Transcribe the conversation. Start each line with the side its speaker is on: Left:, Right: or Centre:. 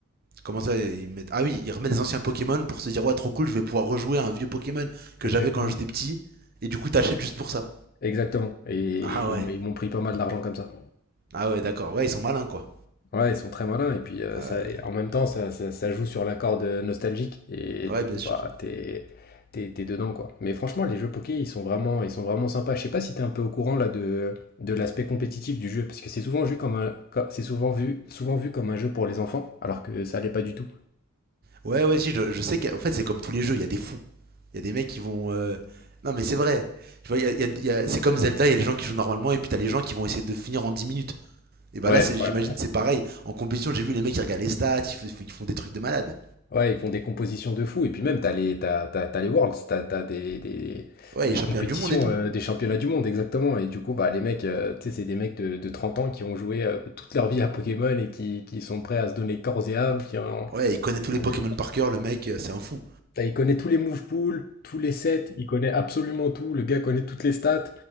Right: Comment ça, ils mettent... Ah oui, ils remettent des anciens Pokémon pour se dire, ouais, trop cool, je vais pouvoir rejouer à un vieux Pokémon que
Left: Exactement.
Right: j'avais quand j'étais petit. Et du coup, t'achètes juste pour ça.
Left: Exactement et
Right: Ah
Left: ils
Right: ouais.
Left: m'ont ils m'ont pris pas mal d'argent comme ça.
Right: Ah ouais, d'accord. Ouais, ils sont malins, quoi.
Left: Ouais, ils sont très malins et puis, heu,
Right: Euh,
Left: ça et en même temps ça ça ça joue sur la corde, nostalgique et
Right: Ouais,
Left: du
Right: bien
Left: coup,
Right: sûr.
Left: bah, t'es t'es t'es dedans, quoi. Mais franchement, les jeux poké, ils sont vraiment ils sont vraiment sympas. Je sais pas si t'es un peu au courant là de de l'aspect compétitif du jeu? Parce que c'est souvent vu comme un co c'est souvent vu souvent vu comme un jeu pour les enfants, alors que ça l'est pas du tout.
Right: Ouais, ouais, si, je, je sais qu'en fait, c'est comme tous les jeux, il y a des fous. Il y a des mecs qui vont. euh, Non, mais c'est vrai. Tu vois, il y a- il y a- il y a- c'est comme Zelda, il y a les gens qui jouent normalement et puis t'as les gens qui vont essayer de finir en 10 minutes. Et bah
Left: Ouais,
Right: là, c'est- j'imagine,
Left: ouais.
Right: c'est pareil. En compétition, j'ai vu les mecs qui regardent les stats, ils, f- ils font des trucs de malade.
Left: Ouais, ils font des compositions de fou. Et puis même, t'as les, t'as, t'as- t'as les Worlds, t'as t'as des, des,
Right: Ouais,
Left: des
Right: il est
Left: compétitions,
Right: champion du monde et tout.
Left: euh, des championnats du monde, exactement. Et du coup, bah, les mecs, euh, tu sais, c'est des mecs de, de 30 ans qui ont joué euh, toute leur vie à Pokémon et qui, qui sont prêts à se donner corps et âme. Qui en...
Right: Ouais, il connaît tous les
Left: en
Right: Pokémon
Left: jeu, quoi.
Right: par cœur, le mec, euh, c'est un fou.
Left: T'as- Il connaît tous les move pools, tous les sets, il connaît absolument tout. Le gars connaît toutes les stats.